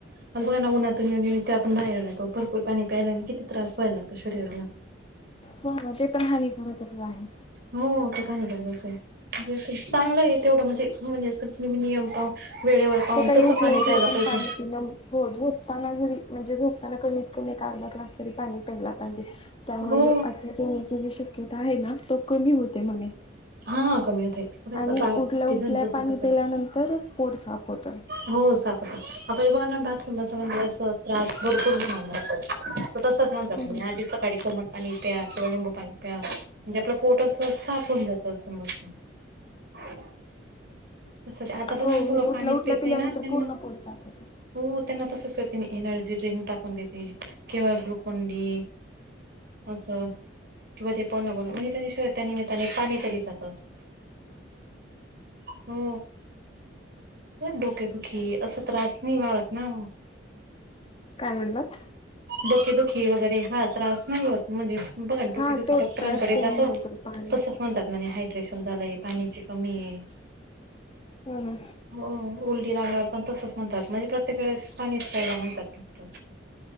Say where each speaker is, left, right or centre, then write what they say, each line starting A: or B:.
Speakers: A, on the right; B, on the left.
A: अग बघाना उन्हातून येऊ येऊ इथे आपण बाहेरून येतो भरपूर पाणी प्यायला आणि किती त्रास व्हाय लागंतो शरीराला
B: हो ना ते पण हानिकारकच आहे.
A: हो ते बरोबर च आहे चांगलं आहे तेवढं म्हणजे म्हणजे अस नियम पाहून वेळेवर पाहून
B: सकाळी
A: तसं
B: उठल्या
A: पाणी
B: उठल्या
A: प्यायला
B: पण
A: पाहिजे
B: पाणी पिणं हो झोपताना जरी म्हणजे झोपताना कमीत कमी एक अर्धा ग्लास तरी पाणी प्यायला पाहिजे. त्यामुळे
A: हो
B: जो अटॅक येण्याची जी शक्यता आहे ना तो कमी होते म्हणे.
A: हा कमी होते पुढे आता
B: आणि
A: बाकी
B: उठल्या उठल्या
A: जनतेच
B: पाणी पेल्यानंतर पोट साफ होतं.
A: हो <unintelligible> आता हे बघांना बाथरूमच म्हणजे अस त्रास भरपूर जणांना होतो तसच म्ह
B: होय.
A: आधी सकाळी कोमट पाणी प्या किंवा लिंबू पाणी प्या म्हणजे आपलं पोटच पोट साफ होऊन जात अस म्हणतात. तसं ते आता बघा
B: हो
A: ना
B: म्हणजे
A: मूल
B: उठल्या
A: पाणीच
B: उठल्या
A: पेत
B: पिल्यानंतर
A: नाही ना त्यांना
B: पूर्ण पोट साफ होतं.
A: हो त्यांना तसंच करते मी एनर्जी ड्रिंक टाकून देते किंवा ग्लुकोंडी अस किंवा ते पण बन म्हणजे त्या शर् त्या निमित्ताने पाणी तरी जात. हो डोकेदुखी असं त्रास नाही वाळत ना म.
B: काय म्हणलात?
A: डोकेदुखी वगैरे हा त्रास नाही होत म्हणजे बागा ना
B: हा
A: डोके दूकी
B: तो
A: डॉक्टरांकडे
B: त्रास कमी
A: जातो
B: होतो पाण्यात.
A: तसं म्हणतात म्हने हायड्रेशन झालंय पाणीची कमीये.
B: हो ना
A: हो उलटी लागावर पण तसच म्हणतात म्हणजे प्रत्येक वेळेस पाणी प्यायला म्हणतात.